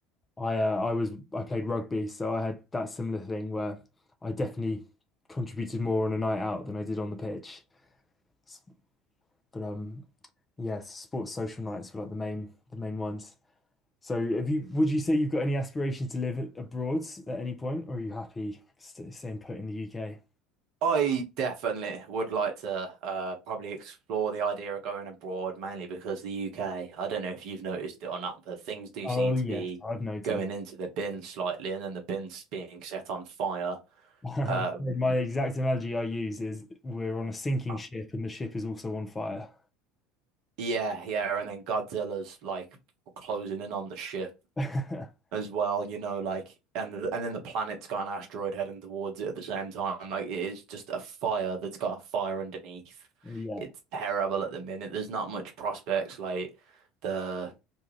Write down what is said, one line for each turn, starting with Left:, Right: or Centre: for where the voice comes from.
Left: I uh, I was I played rugby, so I had that similar thing where I definitely contributed more on a night out than I did on the pitch. S- But um, yeah, sports social nights were like the main the main ones. So have you would you say you've got any aspirations to live a- abroad at any point, or are you happy st staying put in the UK?
Right: I definitely would like to uh, probably explore the idea of going abroad, mainly because the UK, I don't know if you've noticed it or not, but things do
Left: Oh
Right: seem
Left: yes,
Right: to be
Left: I've noticed.
Right: going into the bin slightly and then the bin's being set on fire.
Left: Um,
Right: Um,
Left: my exact analogy I use is we're on a sinking
Right: uh,
Left: ship and the ship is also on fire.
Right: yeah, yeah, and then Godzilla's like closing in on the ship
Left: <laughs>
Right: as well, you know, like and and then the planet's got an asteroid heading towards it at the same time. Like it is just a fire that's got a fire underneath.
Left: Yeah,
Right: It's terrible at the minute. There's not much prospects. Like the